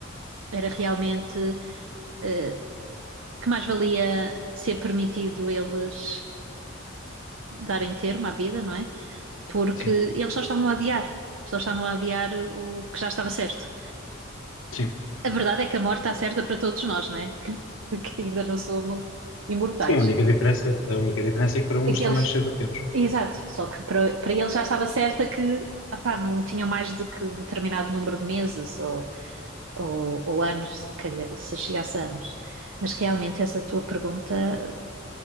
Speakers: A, on the right (about 75°); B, on the left (about 75°).
A: era realmente eh, que mais valia ser permitido eles darem termo à vida, não é? Porque
B: Sim.
A: eles só estavam a adiar, só estavam a adiar o que já estava certo.
B: Sim.
A: A verdade é que a morte está certa para todos nós, não é? <laughs> Que, que ainda não somos imortais.
B: Sim, a única diferença, a única diferença é que para uns
A: Aqueles,
B: está mais cedo do que outros.
A: exato, só que para, para eles já estava certa que opá, não tinham mais do que determinado número de meses ou ou, ou anos, se calhar, se chegasse a anos. Mas realmente essa tua pergunta,